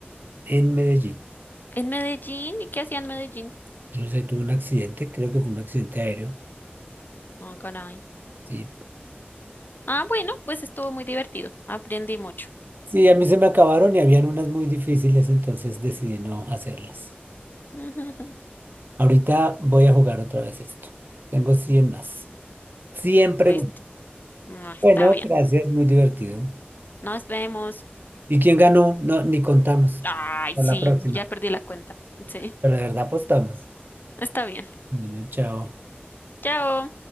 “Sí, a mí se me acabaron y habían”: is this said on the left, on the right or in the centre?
Right